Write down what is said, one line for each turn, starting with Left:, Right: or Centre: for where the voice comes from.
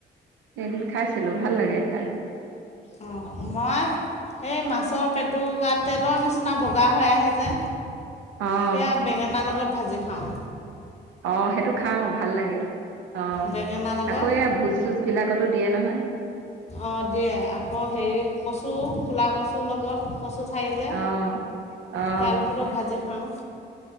Right: এদিন খাইছিলোঁ, ভাল লাগে খাই।
Left: অ', মই এই মাছৰ পেটু গাত, তেলৰ নিচিনা বগা হৈ আহে যে
Right: অঁ
Left: সেয়া বেঙেনাৰ লগত ভাজি খাওঁ।
Right: অ', সেইটো খাওঁ, ভাল লাগে, অ'।
Left: বেঙেনাৰ লগত
Right: আকৌ এই ভোজ চোজবিলাকতো দিয়ে নহয়।
Left: অ', দিয়ে, আকৌ হেৰি কচু, ক'লা কচু লগত কচু ঠাৰি যে,
Right: অঁ অঁ
Left: সেয়ালোকতো ভাজি খাওঁ।